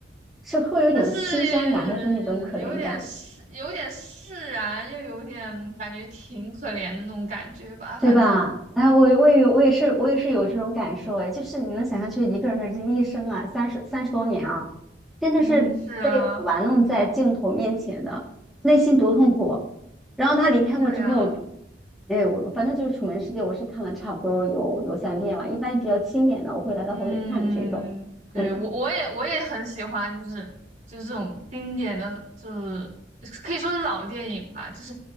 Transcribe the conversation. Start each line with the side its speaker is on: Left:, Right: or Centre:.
Centre: 是会有一种心酸感，
Right: 但是有点释，
Centre: 还是说那种可怜感？
Right: 有点释然，又有点感觉挺可怜的那种感觉吧。反正，
Centre: 对吧？哎，我我也我也是我也是有这种感受，哎，就是你能想象，就是一个人的这一生啊，三十三十多年啊，真的是被玩弄在镜头面前的，
Right: 嗯，是啊，
Centre: 内心多痛苦啊。然后他离开过之后，
Right: 对啊，
Centre: 哎，我反正就是《楚门世界》，我是看了差不多有有三遍吧，一般比较经典的我会来来回回看这种，
Right: 嗯，对，
Centre: 嗯。
Right: 我我也我也很喜欢，就是就是这种经典的，就是可以说是老电影吧。就是